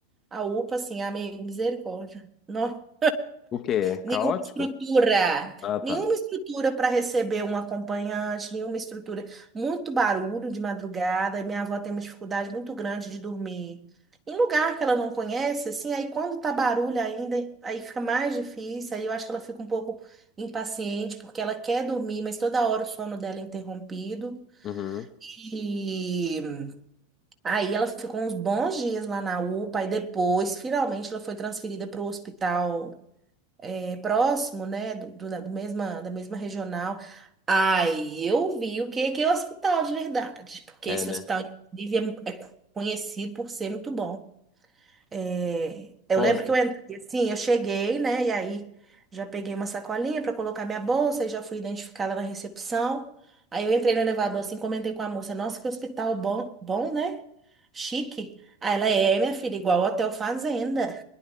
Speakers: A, on the right; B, on the left.
A: a UPA, assim, a misericórdia, misericórdia.
B: O quê?
A: Nenhuma
B: Caótico?
A: estrutura,
B: Ah, tá.
A: nenhuma estrutura para receber um acompanhante, nenhuma estrutura. Muito barulho de madrugada, e minha avó tem uma dificuldade muito grande de dormir. Em lugar que ela não conhece, assim, aí quando tá barulho ainda, aí fica mais difícil, aí eu acho que ela fica um pouco impaciente, porque ela quer dormir, mas toda hora o sono dela é interrompido.
B: Uhum.
A: E aí ela ficou uns bons dias lá na UPA, e depois, finalmente, ela foi transferida para o hospital é próximo, né, do, do- da do mesma, da mesma regional. Aí eu vi o que que é o hospital de verdade, porque
B: É,
A: esse
B: né?
A: hospital, inclusive, é, é conhecido por ser muito bom. É, eu
B: Qual
A: lembro
B: os...
A: que eu entrei assim, eu cheguei, né, e aí já peguei uma sacolinha para colocar minha bolsa e já fui identificada na recepção. Aí eu entrei no elevador assim, comentei com a moça, nossa, que hospital bom, bom, né? Chique. Aí ela é, minha filha, igual o Hotel Fazenda.